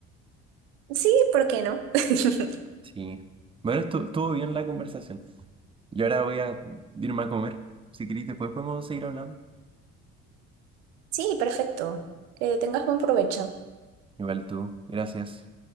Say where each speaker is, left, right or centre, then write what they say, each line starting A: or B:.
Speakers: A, on the right; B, on the right.
A: Sí, ¿por qué no? <laughs>
B: Sí. Bueno, estu- estuvo bien la conversación. Yo ahora voy a irme a comer. Si querés, después podemos seguir hablando.
A: Sí, perfecto. Que tengas buen provecho.
B: Igual tú. Gracias.